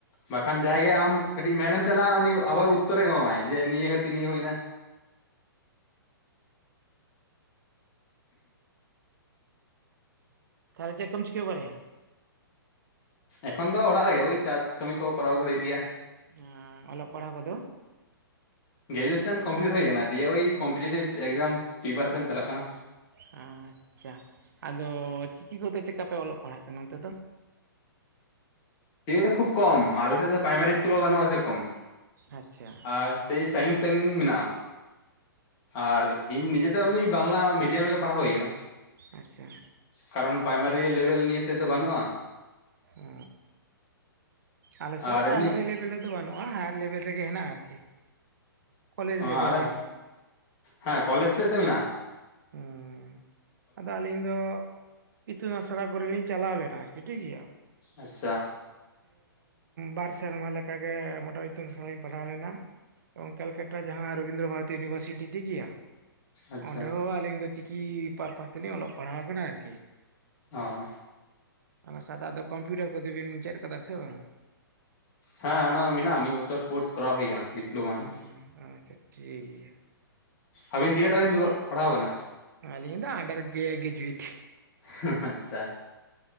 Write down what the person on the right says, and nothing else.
ᱛᱷᱟᱞᱮ ᱪᱮᱜ ᱠᱚᱢ ᱪᱤᱠᱟᱹ ᱵᱟᱲᱟᱭᱟ?
ᱚ ᱚᱞᱚᱜ ᱯᱟᱲᱦᱟᱣ ᱠᱚᱫᱚ?
ᱚ ᱟᱪᱪᱟ ᱟᱫᱚ ᱪᱤᱠᱤ ᱠᱚᱛᱮ ᱪᱮᱜᱠᱟ ᱯᱮ ᱚᱞᱚᱜ ᱯᱟᱲᱦᱟᱜ ᱠᱟᱱᱟ ᱚᱱᱛᱮ ᱫᱚ?
ᱟᱪᱪᱷᱟ
ᱟᱪᱟ
ᱳᱻ ᱟᱞᱮᱥᱮᱜ
ᱦᱚᱸ
ᱯᱨᱟᱭᱢᱟᱨᱤ ᱞᱮᱵᱮᱞ ᱨᱮᱫᱚ ᱵᱟᱹᱱᱩᱜ ᱱᱩ ᱟ ᱦᱟᱭᱟᱨ ᱞᱮᱵᱮᱞ ᱨᱮᱜᱮ ᱦᱮᱱᱟᱜ-ᱟ ᱟᱨᱠᱤ᱾ ᱠᱚᱞᱮᱡᱽ
ᱞᱮᱵᱮᱞ
ᱨᱮ ᱦᱮᱱᱟᱜᱼᱟ
ᱦᱩᱸ ᱟᱫᱚ ᱟᱹᱞᱤᱧ ᱫᱚ ᱤᱛᱩᱱ ᱟᱥᱲᱟ ᱠᱚᱨᱮ ᱞᱤᱧ ᱪᱟᱞᱟᱣ ᱞᱮᱱᱟ ᱟᱨᱠᱤ ᱴᱷᱤᱠ ᱜᱮᱭᱟ
ᱵᱟᱨ ᱥᱮᱨᱢᱟ ᱞᱮᱠᱟᱜᱮ ᱢᱳᱴᱟ ᱤᱛᱩᱱ ᱟᱥᱲᱟ ᱞᱤᱧ ᱯᱟᱲᱦᱟᱣ ᱞᱮᱱᱟ ᱮᱵᱚᱝ ᱠᱮᱞᱠᱟᱴᱟ ᱡᱟᱦᱟᱸ ᱨᱚᱵᱤᱱᱫᱨᱚ ᱵᱷᱟᱨᱚᱛᱤ ᱤᱭᱩᱱᱤᱵᱷᱟᱨᱥᱤᱴᱤ ᱴᱷᱤᱠ ᱜᱮᱭᱟ
ᱚᱸᱰᱮ ᱦᱚᱸ ᱟᱹᱞᱤᱧ ᱫᱚ ᱪᱤᱠᱤ ᱯᱟᱨᱯᱟᱥ ᱛᱮᱞᱤᱧ ᱚᱞᱚᱜ ᱯᱟᱲᱦᱟᱣ ᱠᱟᱱᱟ ᱟᱨᱠᱤ᱾
ᱚᱱᱟ ᱥᱟᱶᱛᱮ ᱟᱫᱚ ᱠᱚᱢᱯᱤᱭᱩᱴᱟᱨ ᱠᱚᱫᱵᱤᱱ ᱪᱮᱫ ᱠᱟᱫᱟ ᱥᱮ ᱵᱟᱝᱟ?
ᱦᱩᱸ ᱟᱪᱟ ᱴᱤ ᱜᱮᱭᱟ
ᱟᱹᱞᱤᱧ ᱫᱚ ᱟᱱᱰᱟᱨ ᱜᱮ ᱜᱮᱡᱩᱭᱮᱴ᱾